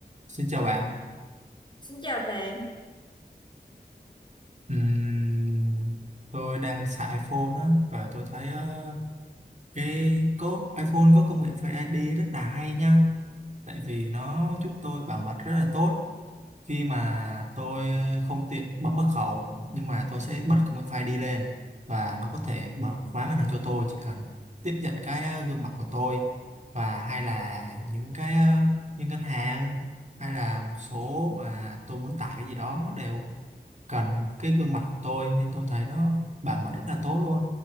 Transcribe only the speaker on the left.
Xin chào bạn.